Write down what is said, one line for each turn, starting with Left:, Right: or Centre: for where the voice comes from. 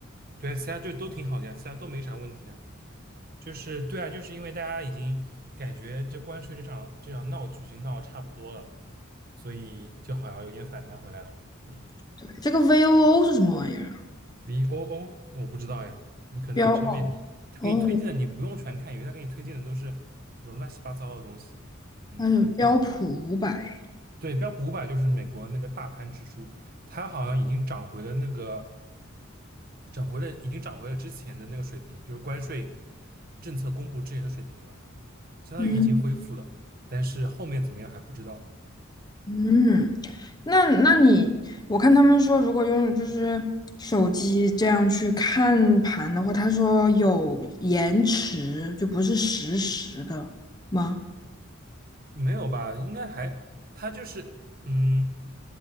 Right: 对啊，其他就都挺好的呀，其他都没啥问题啊。就是对啊，就是因为大家已经感觉这关税这场这场闹剧已经闹得差不多了，所以就好像有点反弹回来了，嗯。
Left: 对，这个 VOO 是什么玩意儿啊？
Right: VOO，那我不知道呀。你可能上面他给你推荐的，
Left: 标哦，
Right: 你不用全看，因为他给你推荐的都是那种乱七八糟的东西。嗯，
Left: 它是标普五百。
Right: 对，标普五百就是美国那个大盘指数，它好像已经涨回了那个，涨回了已经涨回了之前的那个水平，就是关税政策公布之前的水平了，相当于已经恢复了，
Left: 嗯。
Right: 但是后面怎么样还不知道。
Left: 嗯，那那你，我看他们说，如果用就是手机这样去看盘的话，他说有延迟，就不是实时的吗？
Right: 没有吧？应该还，它就是，嗯，